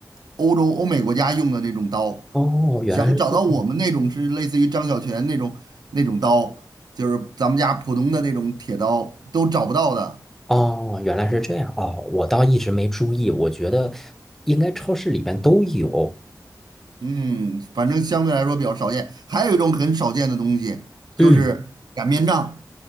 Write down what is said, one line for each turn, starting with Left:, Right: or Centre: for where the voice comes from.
Right: 欧洲、欧美国家用的那种刀，
Centre: 哦，原来是这，
Right: 想找到我们那种是类似于张小泉那种那种刀，就是咱们家普通的那种铁刀都找不到的。
Centre: 哦，原来是这样哦，我倒一直没注意，我觉得应该超市里边都有。
Right: 嗯，反正相对来说比较少见。还有一种很少见的东西，就是擀面杖。
Centre: 嗯，